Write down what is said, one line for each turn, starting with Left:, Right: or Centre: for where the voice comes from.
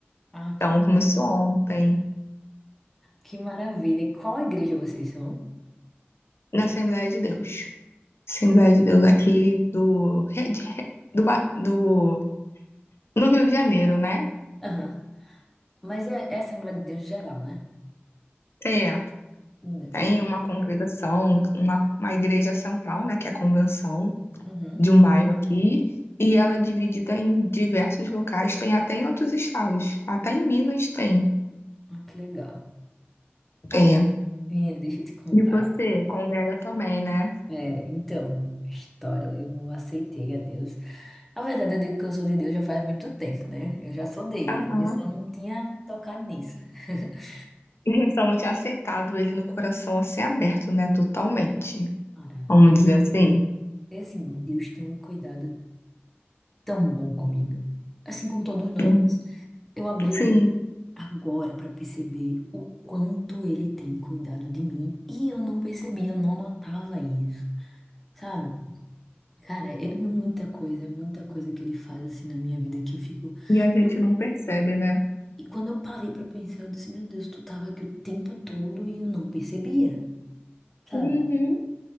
Centre: Ah,
Left: Então,
Centre: que, ma-
Left: começou ontem,
Centre: que maravilha. E Qual igreja vocês são?
Left: na Assembleia de Deus. Assembleia de Deus aqui do, de- do, Ba- do, no Rio de Janeiro, né?
Centre: Aham. Mas é, é Assembleia de Deus geral, né?
Left: É.
Centre: Hum,
Left: Tem
Centre: Deixa...
Left: uma congregação, uma, uma igreja central, né, que é a convenção
Centre: Uhum.
Left: de um bairro aqui, e ela é dividida em diversos locais, tem até em outros estados, até em Minas tem.
Centre: Ah, que legal. Ó,
Left: É.
Centre: menina, deixa eu te contar.
Left: E você congrega também, né?
Centre: É, então, história, eu não aceitei a Deus. Na verdade, eu digo que eu sou de Deus já faz muito tempo, né? Eu já sou dele,
Left: Aham.
Centre: né? Eu só não tinha me tocado nisso. <laughs>
Left: <laughs> Só não tinha aceitado ele no coração assim aberto, né? Totalmente.
Centre: Cara,
Left: Vamos dizer assim.
Centre: é assim, Deus tem um cuidado tão bom comigo. Assim, com todos nós.
Left: Não-
Centre: Eu abri
Left: Sim.
Centre: o- agora para perceber o quanto ele tem cuidado de mim e eu não percebia, eu não notava isso, sabe? Cara, é muita coisa, é muita coisa que ele faz assim na minha vida que eu fico.
Left: E a gente
Centre: E
Left: não percebe, né?
Centre: e quando eu parei para pensar, eu disse: Meu Deus, tu tava aqui o tempo todo e eu não percebia, sabe?
Left: Uhum.